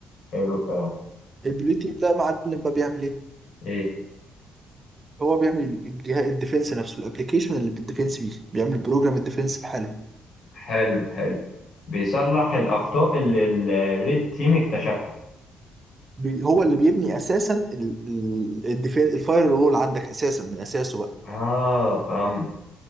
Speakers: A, on the left (about 60°); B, on the right (about 30°).
A: حلو الكلام
B: البلو تيم ده معلم بقى بيعمل ايه؟
A: ايه
B: هو بيعمل الجهاز الديفنس نفسه الابلكيشن اللي بالديفنس بيه بيعمل بروجرام الديفنس بحالهم
A: حلو حلو بيصلح الاخطاء اللي الريد تيم اكتشفها
B: بي هو اللي بيبني اساسا الديفنس الفاير رول عندك اساسا من اساسه بقى
A: اه فهمت